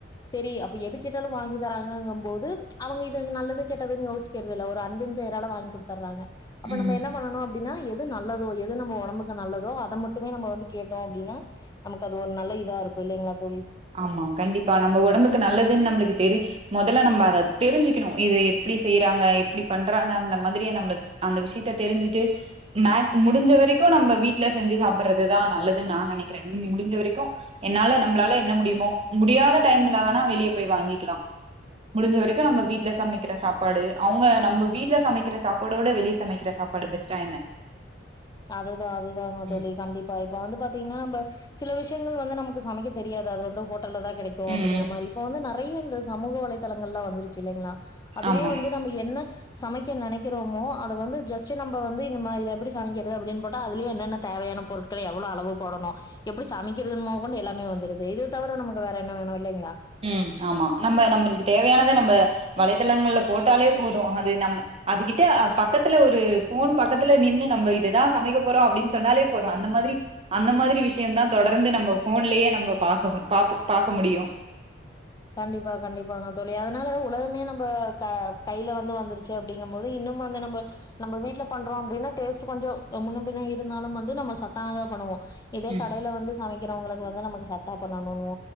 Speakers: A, on the left; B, on the right.
A: சேரி அப்ப எது கேட்டாலு வாங்கித்தராங்கங்கம் போது அவங்க இது நல்லது கேட்டதுன்னு யோசிக்கிறதில்ல ஒரு அன்பின் பெயரால வாங்கி குடுத்தர்றாங்க அப்ப நம்ம
B: ம்
A: என்ன பண்ணனு அப்டினா எது நல்லதோ எது நம்ம ஒடம்புக்கு நல்லதோ அத மட்டுமே நம்ப வந்து கேட்டோ அப்டினா நமக்கு அது ஒரு நல்ல இதா இருக்கு இல்லைங்ளா தோழி
B: ஆமா கண்டிப்பா நம்ம ஒடம்புக்கு நல்லதுன் நம்ளுக்கு தெரி மொதல்ல நம்ப அத தெரிஞ்சுக்கணு இத எப்டி செய்றாங்க எப்டி பண்றாங்க அந்த மாதிரியா நம்ப அந்த விஷ்யத்த தெரிஞ்சுட்டு மேக் முடிஞ்ச வரைக்கு நம்ப வீட்ல செஞ்சு சாப்பிட்றதுதா நல்லதுன் நா நெனைக்கிறே உம் முடிஞ்ச வரைக்கு என்னால நம்ளால என்ன முடியுமோ முடியாத டைம்ல வேணா வெளியே போய் வாங்கிக்கலா முடிஞ்ச வரைக்கு நம்ம வீட்ல சமைக்கிற சாப்பாடு அவ்ங்க நம்ப வீட்ல சமைக்கிற சாப்பாடோட வெளிய சமைக்கிற சாப்பாடு பெஸ்டா என்ன
A: அதுதா அதுதாங்க தோழி
B: ம்
A: கண்டிப்பா இப்ப வந்து பாத்தீங்னா நம்ப சில விஷ்யங்கள் வந்து நமக்கு சமைக்க தெரியாது அது வந்து ஹோட் டல்லதா கெடைக்கு அப்டிங்கிற
B: ம்
A: மாரி இப்ப வந்து நா நெறைய இந்த சமூக வலைதளங்கள்லா வந்துருச்சு இல்லைங்ளா அதுலயே
B: ஆமா
A: வந்து நம்ம என்ன சமைக்க நெனைக்கிறோமோ அத வந்து ஜஸ்ட்டு நம்ப வந்து இந்த மாரி இத எப்டி சமைக்க இது அப்டின் போட்டா அதுலே என்னென்ன தேவையான பொருட்கள் எவளோ அளவு போடனு எப்டி சமைக்கிறதுன் மொதக்கொண்டு எல்லாமே வந்துருது இது தவர நமக்கு வேற என்ன வேணு இல்லைங்ளா
B: உம் ஆமா நம்ப நம்மளுக்கு தேவையானத நம்ப வலைத்தளங்கள்ல போட்டாலே போது அது நம்ம அதுகிட்ட அ பக்கத்துல ஒரு ஃபோன் பக்கத்துல நின்னு நம்ப இததா சமைக்க போறோ அப்டின் சொன்னாலே போது அந்த மாதிரி அந்த மாதிரி விஷ்யந்தா தொடர்ந்து நம்ம ஃபோன்லே நம்ம பாக்க பாப்போ பாக்க முடியு
A: கண்டிப்பா கண்டிப்பாங்க தோழி அதனால உலகமே நம்ப கா கைல வந்து வந்துருச்சு அப்டிங்கும் போது இன்னமு வந்து நம்ப நம்ப வீட்ல பண்றோ அப்டினா டேஸ்ட்டு கொஞ்சோ ஏ முன்ன பின்ன இருந்தாலும் வந்து நம்ம சத்தானதா பண்ணுவோ இதே
B: ம்
A: கடைல வந்து சமைக்கிறவ்ங்களுக்கு இன்னு நமக்கு சத்தா பண்ணனுனு